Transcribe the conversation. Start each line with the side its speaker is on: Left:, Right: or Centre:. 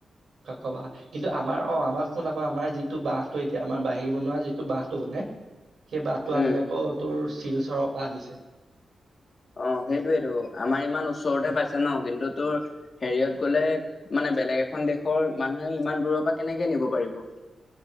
Right: কাক বাঁহ। কিন্তু আমাৰ অ আমাৰ শুন আকৌ আমাৰ যিটো বাঁহটো এতিয়া আমাৰ বাঁহী বনোৱা যিটো বাঁহটো মানে। সেই বাঁহটো আমি
Left: উম
Right: আকৌ তোৰ শিলচৰৰ পৰা আনিছোঁ।
Left: অ সেইটোয়েটো আমাৰ ইমান ওচৰতে
Right: উম
Left: পাইছে ন কিন্তু তোৰ হেৰিয়ত
Right: উম
Left: গ'লে মানে বেলেগ এখন দেশৰ মানুহে ইমান দূৰৰ পৰা কেনেকে নিব পাৰিব।